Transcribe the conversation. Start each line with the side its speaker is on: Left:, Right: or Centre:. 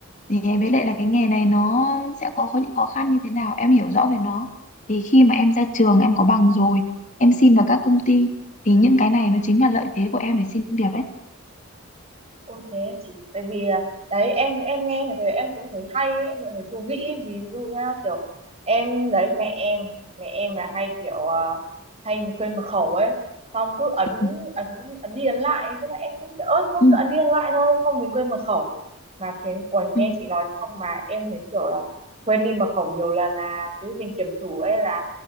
Left: thì với lại là cái nghề này nó sẽ có có những khó khăn như thế nào em hiểu rõ về nó thì khi mà em ra trường em có bằng rồi em xin vào các công ty thì những cái này nó chính là lợi thế của em để xin việc đấy
Right: Ôi thế à chị tại vì à, đấy em em nghe về em cũng thấy hay ấy, em cũng thấy thú vị ấy. Ví dụ nhá kiểu em đấy mẹ em mẹ em là hay kiểu à, hay quên mật khẩu ấy xong cứ ấn
Left: ừ,
Right: ấn ấn đi ấn lại thế là em cũng kiểu ớt thôi
Left: ừ,
Right: cứ ấn đi ấn lại thôi không mình quên mật khẩu mà thế ui nghe
Left: ừ.
Right: chị nói xong mà em thấy kiểu là quên đi mật khẩu nhiều lần là ví dụ mình kiểm thử ấy là